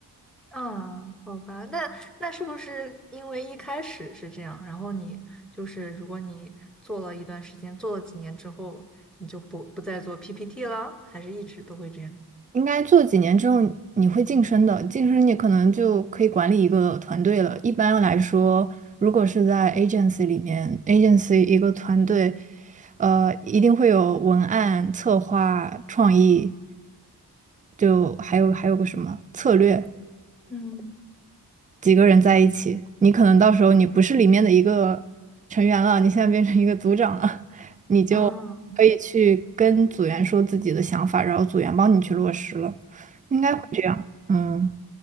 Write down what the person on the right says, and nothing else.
应该做几年之后你会晋升的，晋升你可能就可以管理一个团队了。一般来说，如果是在 agency 里面，agency 一个团队，呃，一定会有文案、策划、创意，就还有还有个什么策略，
几个人在一起，你可能到时候你不是里面的一个成员了，你现在变成一个组长了，<laughs> 你就可以去跟组员说自己的想法，
然后组员帮你去落实了，应该会这样。
嗯。